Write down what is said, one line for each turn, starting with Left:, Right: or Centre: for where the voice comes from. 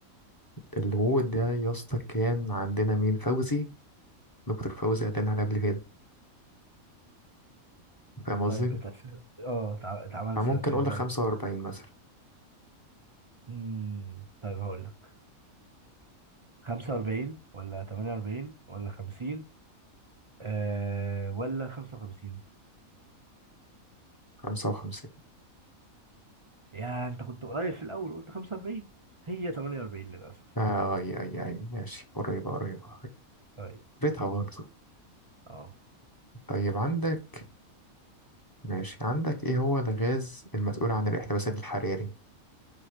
Left: الغوو ده يا اسطى كان عندنا مين فوزي دكتور فوزي قال لنا عليه قبل كده فاهم قصدي؟
Right: طيب اتأسست اه اتع- اتعملت
Left: فممكن
Right: السنة بكام
Left: أقول لك
Right: بقى
Left: خمسة وأربعين مثلا
Right: مم. طيب هقول لك خمسة وأربعين ولا تمانية وأربعين ولا خمسين آه ولا خمسة وخمسين
Left: خمسة وخمسين
Right: يا انت كنت قريب في الأول قلت خمسة وأربعين هي تمانية وأربعين للأسف
Left: آه أي أي أي ماشي قريبة قريبة قريبة.
Right: طيب
Left: بيتها برضه
Right: اه
Left: طيب عندك ماشي عندك ايه هو الغاز المسؤول عن الاحتباس الحراري